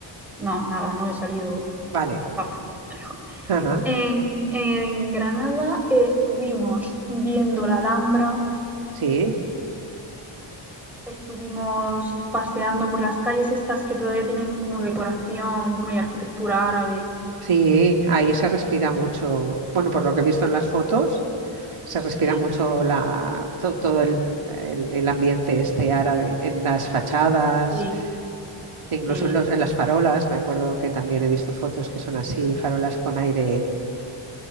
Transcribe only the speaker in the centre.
No, nada, no he salido.
bastante lejos.
En, en Granada eh, estuvimos viendo la Alhambra,
estuvimos paseando por las calles estas que todavía tienen como decoración, bueno, y arquitectura árabe.
Sí,
sí,
sí.